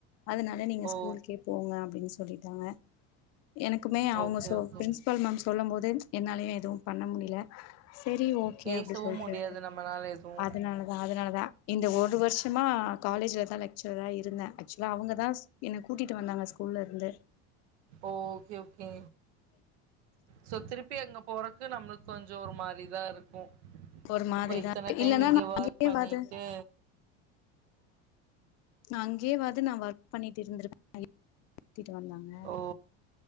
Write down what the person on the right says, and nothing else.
ஓ
ஓகே
ஓகே
பேசவு
முடியாது நம்மளால எதுவு
ஓகே ஓ கே சோ திருப்பி அங்க போறக்கு நம்ம கொஞ்சொ ஒரு மாரிதா இருக் கோ
இப்போ இத்தன டைம்
இங்கே
ஒர்க்
பண்ணிட்டு
ஓ